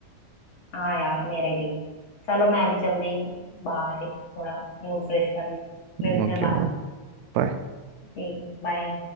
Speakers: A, on the left (about 55°); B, on the right (about 80°).
A: हाँ यार मेरे भी चलो मैं भी चल रही हूँ बाहर ही थोड़ा मूड फ्रेश करने मिलते
B: है ओके
A: हैं बाद में
B: बाय।
A: ठीक बाय